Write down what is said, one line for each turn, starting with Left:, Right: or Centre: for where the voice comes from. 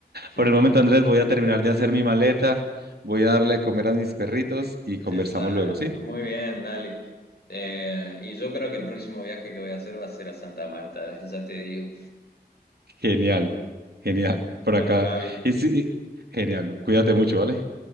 Left: <laughs>
Right: Por el momento, Andrés, voy a terminar de hacer mi maleta, voy a darle de comer a mis perritos y conversamos
Left: Está
Right: luego, ¿sí?
Left: muy bien, dale. Eh, y yo creo que el próximo viaje que voy a hacer va a ser a Santa Marta, ya te digo.
Right: Genial, genial. Por
Left: Bueno,
Right: acá.
Left: Javi,
Right: Y sí, y- genial. Cuídate mucho, ¿vale?